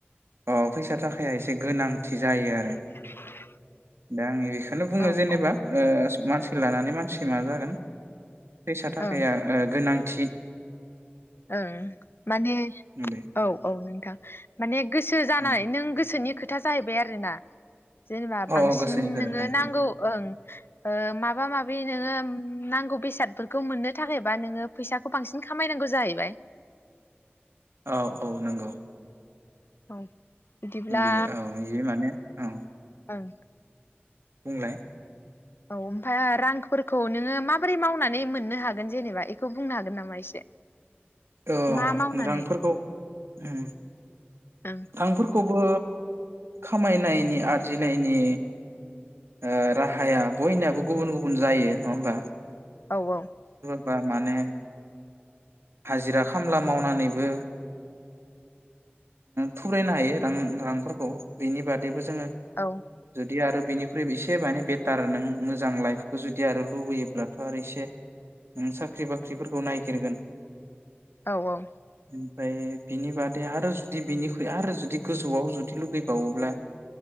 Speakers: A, on the right (about 80°); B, on the left (about 65°).
A: अह फैसा थाखाया एसे गोनांथि जायोआरो।
B: <inaudible>
A: दा आंनि बेखोनो बुङो
B: औ
A: जेनेबा
B: औ
A: ओ मानसिखो लानानै मानसिखौ मा जागोन फैसा थाखाया
B: ओं
A: ओ गोनां थि
B: ओं माने
A: बे
B: औ औ नोंथां माने गोसो जानाय
A: उम
B: नों गोसोनि खो था जाहैबाय आरोना जेनेबा
A: औ
B: बांसिन
A: औ गोसोनि गोरोबनाय
B: नोङो
A: बे
B: नांगौ
A: औ
B: ओं ओ माबा माबि नोङो नांगौ बेसादफोरखौ मोननो थाखायबा नोङो फैसाखौ बांसिन खामायनांगौ जायो बाय
A: औ औ नोंगौ
B: औ बिदिब्ला
A: दे औ जि माने औ
B: ओं
A: बुंलाय
B: औ ओमफ्राय रांफोरखौ नोङो माबोरै मावनानै मोननो हागोन जेनेबा एखौ बुंनो हागोन नामा एसे
A: औ
B: मा मावनानै
A: रांफोरखौ ओं
B: ओं
A: रांफोरखौ खौबो खामायनायनि आरजिनायनि ओ राहाया बयनियाबो गुबुन गुबुन जायो नङा होमबा
B: औ औ
A: बा माने हाजिरा खामला मावनानैबो थुरायनो हायो रांफोरखौ बेनि बादैबो <inaudible>
B: औ
A: जुदि आरो बिनिख्रुइ एसे माने बेटार नों मोजां लाइफखौ जुदि आरो लुबैयोब्लाथ आरो इसे नों साख्रि बाख्रिफोरखौ नायगिरगोन
B: औ औ
A: ओमफ्राय बिनि बादै आरो जुदि बिनिख्रुइ आरो जुदि गोजौआव जुदि लुगैबावोब्ला